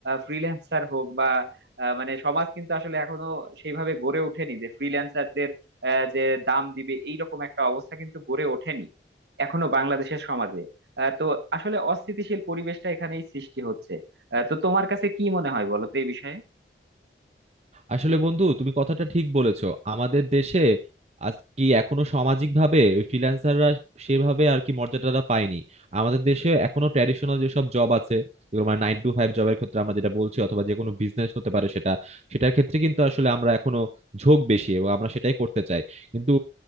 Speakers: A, on the right; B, on the right.
A: ফ্রিল্যান্সার হোক বা আহ, মানে সমাজ কিন্তু আসলে এখনো সেইভাবে গড়ে ওঠেনি যে ফ্রিল্যান্সারদের আহ, যে দাম দিবে এইরকম একটা অবস্থা কিন্তু গড়ে ওঠেনি এখনো বাংলাদেশের সমাজে আহ, তো আসলে অস্থিতিশীল পরিবেশটা এখানেই সৃষ্টি হচ্ছে আহ, তো তোমার কাছে কি মনে হয় বলো তো এই বিষয়ে
B: আসলে বন্ধু তুমি কথাটা ঠিক বলেছো আমাদের দেশে আজ কি এখনো সামাজিক ভাবে ফ্রিল্যান্সাররা সেভাবে আর কি মর্যাদাটা পায়নি আমাদের দেশে এখনো ট্র্যাডিশনাল যেসব জব আছে যেগুলো মানে নাইন টু ফাইভ জবের ক্ষেত্রে আমরা যেটা বলছি অথবা যে কোনো বিজনেস হতে পারে সেটা সেটার ক্ষেত্রে কিন্তু আসলে আমরা এখনো ঝোঁক বেশি এবং আমরা সেটাই করতে চাই কিন্তু